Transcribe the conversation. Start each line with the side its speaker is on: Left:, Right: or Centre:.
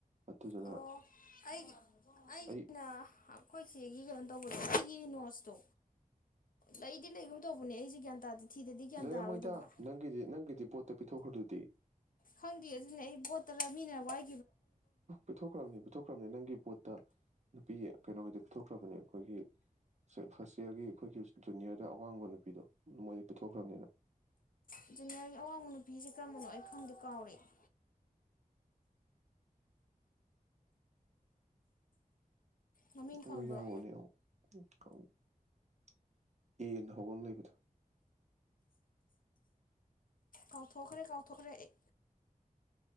Right: ꯑꯗꯨꯗꯨꯅ
Left: ꯑꯣ ꯑꯩꯒꯤ ꯑꯩꯒꯤꯅ
Right: ꯑꯩ
Left: ꯑꯩꯈꯣꯏ ꯁꯤꯒꯤ ꯀꯩꯅꯣ ꯇꯧꯕꯗꯣ꯫ ꯅꯣꯠꯁꯇꯣ ꯂꯩꯗꯤ ꯂꯩꯒꯨꯝ ꯇꯧꯕꯅꯦ ꯑꯩꯁꯦ ꯒ꯭ꯌꯥꯟ ꯇꯥꯗꯦ ꯊꯤꯗꯗꯤ ꯒ꯭ꯌꯥꯟ
Right: ꯂꯩꯔꯝꯃꯣꯏꯗ
Left: ꯇꯥꯔꯣꯏꯗꯕ
Right: ꯅꯪꯒꯤꯗꯤ ꯅꯪꯒꯤꯗꯤ ꯄꯣꯠꯇ ꯄꯤꯊꯣꯛꯈ꯭ꯔꯗꯨꯗꯤ꯫
Left: ꯈꯪꯗꯦ ꯑꯗꯨꯅꯦ ꯑꯩ ꯕꯣꯠꯇꯔ ꯃꯤꯅ ꯋꯥꯏ
Right: ꯄꯤꯊꯣꯛꯈ꯭ꯔꯕꯅꯤ ꯄꯤꯊꯣꯛꯈ꯭ꯔꯕꯅꯤ ꯅꯪꯒꯤ ꯄꯣꯠ ꯇꯥ ꯅꯨꯄꯤ ꯀꯩꯅꯣꯍꯣꯏꯗ ꯄꯨꯤꯊꯣꯛꯈ꯭ꯔꯕꯅꯦ ꯑꯩꯈꯣꯏꯒꯤ ꯐꯥꯔꯁ ꯏꯌꯥꯔꯒꯤ ꯑꯩꯈꯣꯏꯒꯤ ꯖꯨꯅꯤꯌꯔꯗ ꯑꯋꯥꯡꯕ ꯅꯨꯄꯤꯗꯣ ꯃꯣꯏꯗ ꯄꯤꯊꯣꯛꯈ꯭ꯔꯕꯅꯤ ꯅꯪ꯫
Left: ꯑꯗꯨꯅꯦ ꯑꯩ ꯑꯋꯥꯡꯕ ꯅꯨꯄꯤꯁꯦ ꯀꯔꯝꯕꯅꯣ ꯑꯩ ꯈꯪꯗꯦ ꯀꯥꯎꯔꯦ ꯑꯩ꯫ ꯃꯃꯤꯡ
Right: <unintelligible>
Left: ꯈꯪꯕ꯭ꯔꯣ
Right: ꯑꯦꯅ ꯍꯧꯕ ꯑꯃ ꯂꯩꯕꯗꯨ꯫
Left: ꯀꯥꯎꯊꯣꯛꯈ꯭ꯔꯦ ꯀꯥꯎꯊꯣꯛꯈ꯭ꯔꯦ ꯑꯩ꯫